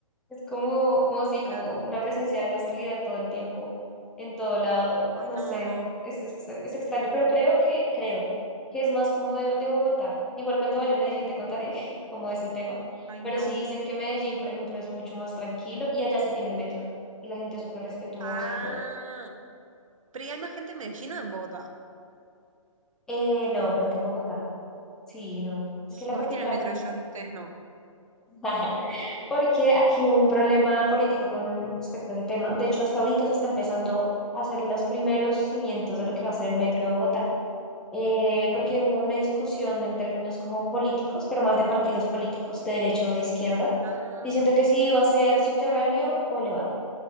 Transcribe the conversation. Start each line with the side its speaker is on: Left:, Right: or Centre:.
Centre: es como, como si, como
Right: Claro.
Centre: una presencia de hostilidad todo el tiempo, en todo lado,
Right: Ay,
Centre: no
Right: no,
Centre: sé,
Right: no.
Centre: es, es, es extraño, pero creo que, creo que es más como de, de Bogotá. Igual cuando vaya a Medellín te contaré <laughs> cómo es el tema,
Right: Ay,
Centre: pero
Right: no.
Centre: sí dicen que Medellín, por ejemplo, es mucho más tranquilo y allá sí tienen metro y la gente es súper respetuosa
Right: Ah,
Centre: y todo.
Right: pero ¿y hay más gente en Medellín o en Bogotá.
Centre: Eh, no, creo que en Bogotá, sí, no, es
Right: ¿Y,
Centre: que la
Right: y por
Centre: capital,
Right: qué tienen metro ellos y ustedes no?
Centre: <laughs> Ajá. Porque aquí hubo un problema político con respecto a ese tema. De hecho, hasta ahorita se está empezando a hacer los primeros cimientos de lo que va a ser el metro de Bogotá, eh, porque hubo una discusión en términos como políticos, pero más de partidos políticos, de derecha o de izquierda,
Right: Ah,
Centre: diciendo que si iba a ser subterráneo o elevado.